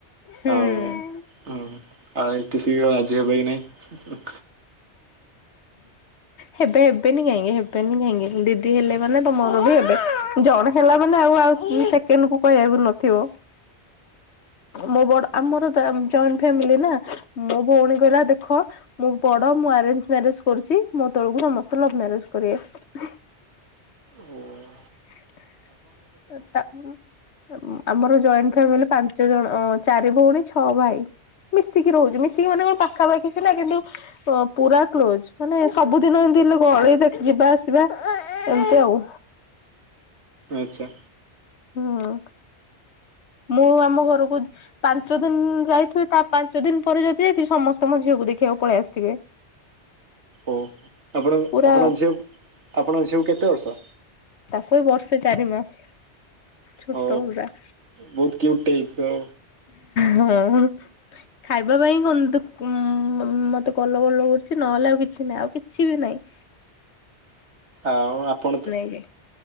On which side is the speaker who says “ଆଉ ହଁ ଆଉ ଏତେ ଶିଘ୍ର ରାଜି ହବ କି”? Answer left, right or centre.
Right